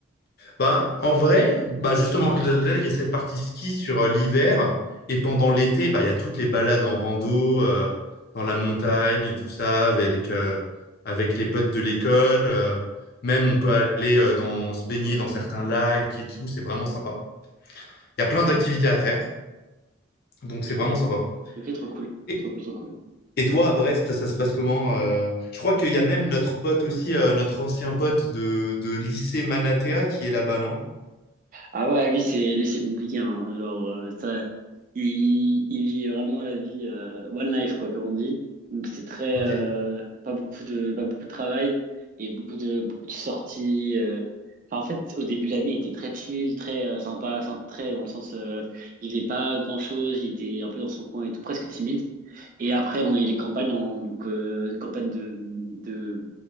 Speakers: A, on the left; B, on the right.
A: Bah, en vrai, bah justement, là, là, il y a cette partie ski sur euh, l'hiver. Et pendant l'été, bah, il y a toutes les balades en rando, euh, dans la montagne, tout ça, avec, euh, avec les potes de l'école. euh. même, on peut aller euh, dans, se baigner dans certains lacs et tout. C'est vraiment sympa. Il y a plein
B: Ok,
A: d'activités à faire. Donc,
B: ok,
A: c'est vraiment
B: ok.
A: sympa.
B: Ok, trop cool.
A: Et,
B: Trop cool, trop cool.
A: et toi, à Brest, ça se passe comment? euh Je crois qu'il y a même notre pote aussi, euh, notre ancien pote de, de lycée Manatea qui est là-bas, non?
B: Ah ouais, lui, c'est lui, c'est compliqué, hein. Genre, euh, ça, il, il vit vraiment la vie euh, one life, quoi, comme on dit. Donc, c'est très,
A: Ok,
B: euh, pas beaucoup de, pas beaucoup de travail et beaucoup de, beaucoup de sorties. euh. Enfin, en fait, au début de l'année, il était très chill, très euh, sympa, enfin, très dans le sens, euh, il faisait pas grand-chose, il était un peu dans son coin et tout, presque timide. Et après, on a eu les campagnes, en, donc euh, campagne de, de,